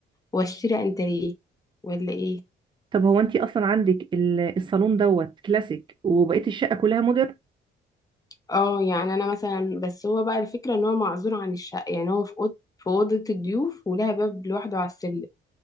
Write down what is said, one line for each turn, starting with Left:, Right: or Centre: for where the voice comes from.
Left: واشتري انتريه ولا ايه
Right: طب هو انت اصلا عندك ال- الصالون دوت كلاسيك وبقيه الشقه كلها مودرن
Left: اه يعني انا مثلا بس هو بقى الفكره ان هو معزول عن الشقه يعني هو في اوضه في اوضه الضيوف ولها باب لوحده على السلم